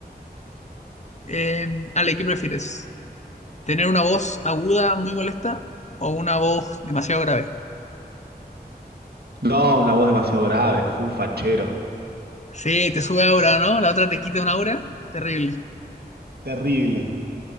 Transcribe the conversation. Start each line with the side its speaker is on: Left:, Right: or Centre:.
Left: Eh, Ale, ¿qué prefieres? ¿Tener una voz aguda muy molesta o una voz demasiado grave?
Right: No, una voz demasiado grave, full fachero.
Left: Sí, te sube aura, ¿no? La otra te quita una aura. Terrible.
Right: terrible.